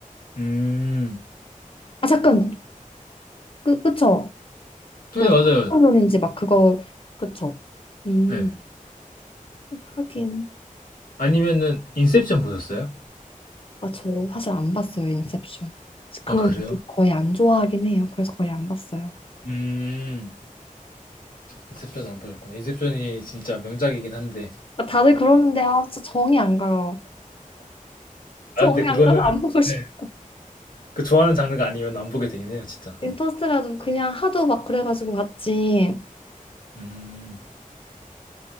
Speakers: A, on the left (about 80°); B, on the left (about 40°).
A: 음.
B: 아 잠깐 그 그쵸
A: 네,
B: 그
A: 맞아요.
B: 상상론인지 막 그거 그쵸 음
A: 네
B: 하긴
A: 아니면은 인셉션 보셨어요?
B: 아 저 사실 안 봤어요 인셉션 그걸
A: 아, 그래요?
B: 거의 안 좋아하긴 해요 그래서 거의 안 봤어요
A: 음, 인셉션 안 보셨구나. 인셉션이 진짜 명작이긴 한데.
B: 아, 다들 그러는데 아 진짜 정이 안 가요
A: 아,
B: 정이
A: 근데 그거는,
B: 안 가서 안 보고 싶어
A: 네, 그 좋아하는 장르가 아니면 안 보게 되긴 해요, 진짜.
B: 인터스텔라도 그냥 하도 막 그래가지고 봤지
A: 음,